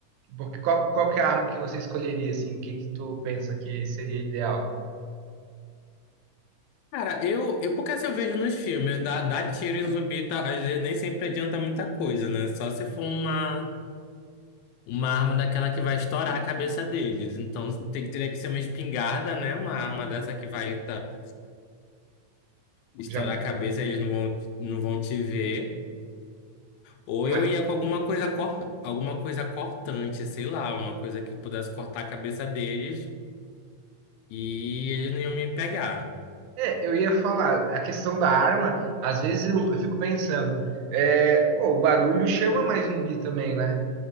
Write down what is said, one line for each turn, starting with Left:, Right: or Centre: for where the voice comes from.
Right: porque qual, qual que é a arma que você escolheria, assim? O que que tu pensa que seria ideal?
Left: Cara, eu, eu porque assim eu vejo nos filmes, dar dá dá tiro em zumbi, tá, às vezes nem sempre adianta muita coisa, né? Só se for uma Uma arma daquela que vai estourar a cabeça deles. Então tem, teria que ser uma espingarda, né? Uma arma dessa que vai tá, estourar
Right: Já,
Left: a cabeça, eles não vão, não vão te ver. Ou
Right: mas,
Left: eu ia com alguma coisa, cor, alguma coisa cortante, sei lá, uma coisa que eu pudesse cortar a cabeça deles e eles não iam me pegar.
Right: é, eu ia falar, a questão da arma, às vezes eu, eu fico pensando, é, pô, o barulho chama mais zumbi também, né?